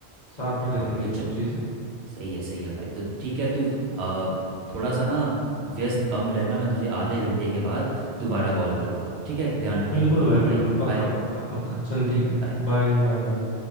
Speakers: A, on the left; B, on the right.
A: साथ में
B: हाँ
A: करेंगे
B: तो
A: ये
B: चल
A: सब चीजें
B: सही है सही है भाई तो ठीक है तू आ, थोड़ा सा ना व्यस्त कम रहना मैं तुझे आधे घंटे के बाद दोबारा कॉल करूंगा ठीक है ध्यान रख
A: बिल्कुल
B: तब तक अपना
A: भाई
B: भाई
A: बिल्कुल पक्का
B: बाय
A: पक्का पक्का चल ठीक है
B: बाय
A: Bye bye bye